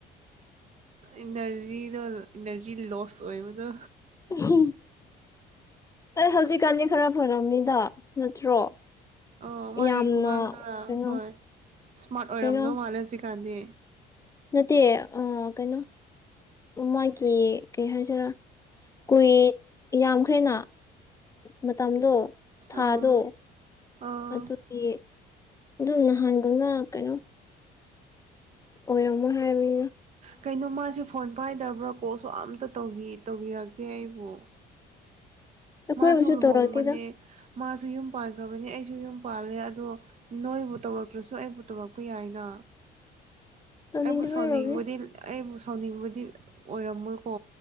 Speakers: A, on the right; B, on the left.
A: ꯏꯟꯅꯔꯖꯤꯗꯣ ꯏꯅꯔꯖꯤ ꯂꯣꯁ ꯑꯣꯏꯕꯗꯣ
B: ꯎ ꯑꯩ ꯍꯧꯖꯤꯛꯀꯥꯟꯗꯤ ꯈꯔ ꯐꯔꯝꯅꯤꯗ ꯅꯠꯇ꯭ꯔꯣ
A: ꯑꯣ ꯃꯥꯒꯤ
B: ꯌꯥꯝꯅ
A: ꯈꯨꯉꯥꯡꯗꯨꯔꯥ
B: ꯀꯩꯅꯣ
A: ꯍꯣꯏ ꯏꯁ꯭ꯃꯥꯔꯠ ꯑꯣꯏꯔꯝꯗꯧ
B: ꯀꯩꯅꯣ
A: ꯃꯥꯜꯂꯦ ꯍꯧꯖꯤꯛ ꯀꯥꯟꯗꯤ
B: ꯅꯠꯇꯦ ꯑ ꯀꯩꯅꯣ ꯃꯥꯒꯤ ꯀꯩ ꯍꯥꯏꯁꯤꯔꯥ ꯀꯨꯏ ꯌꯥꯝꯈ꯭ꯔꯦꯅ ꯃꯇꯝꯗꯣ ꯊꯥꯗꯣ
A: ꯑꯣ ꯑꯣ
B: ꯑꯗꯨꯒꯤ ꯑꯗꯨꯝ ꯅꯍꯥꯟꯒꯨꯝꯅ ꯀꯩꯅꯣ ꯑꯣꯏꯔꯣꯝꯃꯣꯏ ꯍꯥꯏꯔꯔꯕꯅꯤꯅ
A: ꯀꯩꯅꯣ ꯃꯥꯁꯦ ꯐꯣꯟ ꯄꯥꯏꯗꯕ꯭ꯔꯥ ꯀꯣꯜꯁꯨ ꯑꯝꯇ ꯇꯧꯕꯤꯔꯛꯇꯦ ꯑꯩꯕꯨ
B: ꯑꯩꯈꯣꯏꯕꯨꯁꯨ
A: ꯃꯥꯁꯨ ꯂꯨꯍꯣꯡꯕꯅꯦ
B: ꯇꯧꯔꯛꯇꯦꯗ
A: ꯃꯥꯁꯨ ꯌꯨꯝ ꯄꯥꯟꯈ꯭ꯔꯕꯅꯦ ꯑꯩꯁꯨ ꯌꯨꯝ ꯄꯥꯜꯂꯦ ꯑꯗꯣ ꯅꯣꯏꯕꯨ ꯇꯧꯔꯛꯇ꯭ꯔꯁꯨ ꯑꯩꯕꯨ ꯇꯧꯔꯛꯄ ꯌꯥꯏꯅ
B: <inaudible>
A: ꯑꯩꯕꯨ ꯁꯥꯎꯅꯤꯡꯕꯨꯗꯤ
B: ꯑꯣꯏꯔꯝꯅꯤ
A: ꯑꯩꯕꯨ ꯁꯥꯎꯅꯤꯡꯕꯗꯤ ꯑꯣꯏꯔꯝꯃꯣꯏꯀꯣ